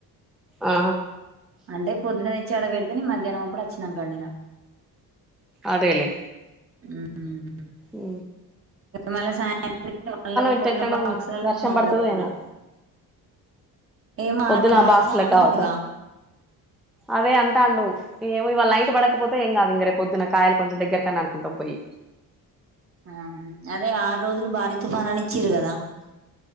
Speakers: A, in the centre; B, on the right.
A: ఆ
B: అంటే పొద్దున ఆ పెడితే నేన్ మధ్యాహ్నం అప్పుడు అచ్చినంక వండిన
A: అదేలే
B: ఉ ఉ ఉ
A: ఏ
B: మళ్ల సాయం <unintelligible> మళ్ల
A: ఇట్టెట్లనో
B: పొద్దున్న బాక్సులలోకి
A: ఉంది వర్షం
B: మల్ల
A: పడుతదో
B: కూర
A: ఏమో
B: ఏమో
A: పొద్దున
B: ఆరు భారీ
A: ఆ బాక్స్ల
B: తుఫానానికి
A: కావద్దా
B: ఇచ్చిండుగా
A: అదే అంటాండు ఏమో ఇవాళ నైట్ పడకపోతే ఏం గాదు ఇంగ రేపు పొద్దున కాయలు కొంచం దగ్గరకైనా అనుకుంటం పోయి
B: ఆ అదే ఆరు రోజులు భారీ తుఫానాని ఇచ్చిరు గదా